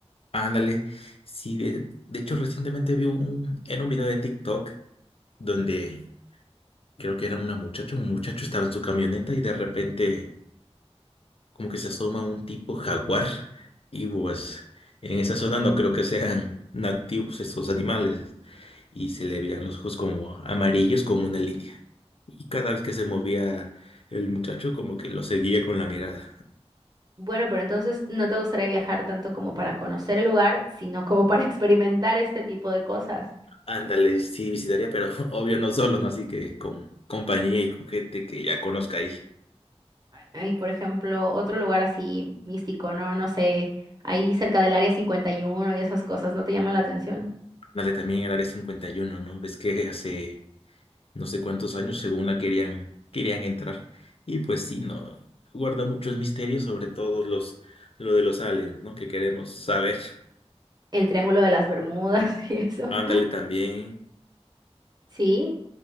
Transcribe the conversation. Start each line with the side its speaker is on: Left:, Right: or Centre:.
Left: Ándale, sí, de, de hecho recientemente vi un, en un video de TikTok donde creo que era una muchacha, un muchacho estaba en su camioneta y de repente como que se asoma un tipo jaguar y pues en esa zona no creo que sean <laughs> nativos estos animales y se le veían los ojos como amarillos con una línea. Y cada vez que se movía el muchacho como que lo seguía con la mirada.
Right: Bueno, pero entonces no te gustaría viajar tanto como para conocer el lugar, sino como para <laughs> experimentar este tipo de cosas.
Left: Ándale, sí visitaría, pero <laughs> obvio no solo, ¿no? Así que con compañía y con gente que ya conozca ahí.
Right: Hay, por ejemplo, otro lugar así místico, ¿no? No sé, ahí cerca del Área 51 y uno y esas cosas, ¿no te llaman la atención?
Left: Ándale, también el área 51, ¿no? Ves que hace no sé cuántos años, según la querían, querían entrar. Y pues sí, no, guarda muchos misterios, sobre todo los, lo de los aliens, ¿no? Que queremos saber.
Right: El Triángulo de las Bermudas <laughs> y eso.
Left: Ándale también,
Right: Sí,